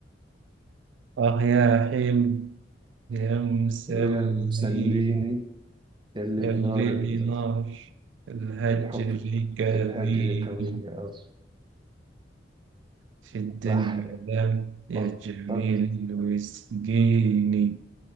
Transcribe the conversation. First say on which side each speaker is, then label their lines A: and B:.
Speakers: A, on the right; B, on the right.
A: اه يا حلم يا مسلمين
B: ويا مسليني يا اللي
A: اللي
B: بنار ال-
A: بنار الهجر
B: الحب
A: كاظيم
B: الهاجر يا كويني آه.
A: في الدنيا
B: راح
A: لم يجمل
B: آه. طب
A: ويسقيني